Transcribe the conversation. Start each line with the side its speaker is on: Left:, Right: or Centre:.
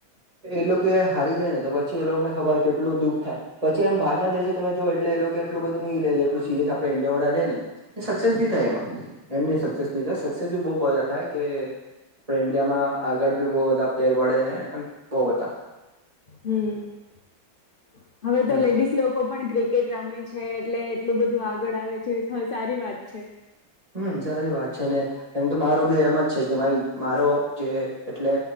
Right: એ લોકે હારી જાય ને તો પછી એ લોકને ખબર કેટલું દુઃખ થાય પછી એમ બારના દેશ તમે જો એટલે એ લોકો એટલું બધું નહી લે સિરિય આપડ ન્ડિયા વાળા લે ને સક્સેસ બી થાય એમાં એમને ન સસેસ ન થાય તેબહુ મજા થાય કે આપણે ઇન્ડિયામાં આગળ ભી બહુ બધા પ્લેર મળેને એ બહુ બધા
Left: હમ હવે તો
Right: એમ
Left: લેડીસ લોકો પણ ક્રિકેટ રમે છે એટલે એટલું બધું આગળ આવે છે સારી વાત છે
Right: હમ સારી વાત છે ને એમ તો મારું બી એમ જ છે કે ભાઈ મારો જે એટલે